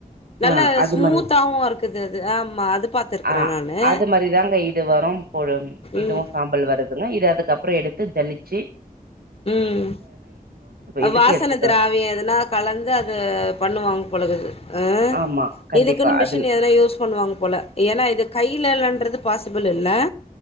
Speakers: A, on the left; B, on the right.
A: நல்லா
B: ஆ அது
A: ஸ்மூத்தாவு
B: மாரி
A: இருக்குது அது ஆமா அது பாத்துருக்குறேன்
B: ஆ
A: நானு
B: அது மாரிதாங்க வரும் போடும் இதுவும்
A: ம்
B: சாம்பல் வருதுங்க இது அதுக்கப் அப்புற எடுத்து ஜல்லி சீ
A: உம்
B: இதுக்கு
A: வாசன
B: எடுத்துட்டு
A: திராவியம்
B: வ
A: எதுனா கலந்து அது பண்ணுவாங்க பேழக்குது. ஆ
B: ஆமா கண்டிப்பா
A: இதுக்குன்னு
B: அது
A: மிஷின் எதன யூஸ் பண்ணுவாங்க போல ஏன்னா இது கையிலன்றது பாசிபிள் இல்ல